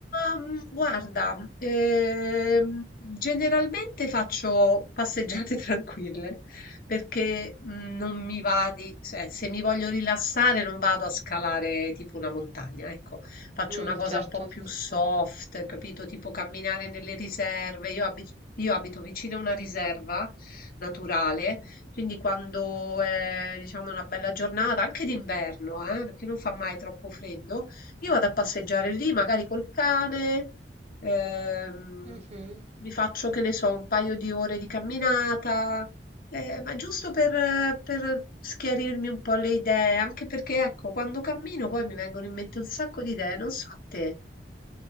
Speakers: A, on the left; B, on the right.
A: Ma, guarda, ehm, generalmente faccio passeggiate <laughs> tranquille perché mh, non mi va di, cioè, se mi voglio rilassare non vado a scalare tipo una montagna, ecco, faccio
B: Mm,
A: una cosa
B: certo.
A: un po' più soft, capito? Tipo camminare nelle riserve. Io abito, io abito vicino a una riserva naturale, quindi quando è, diciamo, una bella giornata, anche d'inverno, eh, perché non fa mai troppo freddo. Io vado a passeggiare lì, magari col cane, ehm,
B: Mhm.
A: mi faccio, che ne so, un paio di ore di camminata, eh, ma giusto per, per schiarirmi un po' le idee, anche perché, ecco, quando cammino poi mi vengono in mente un sacco di idee, non so a te.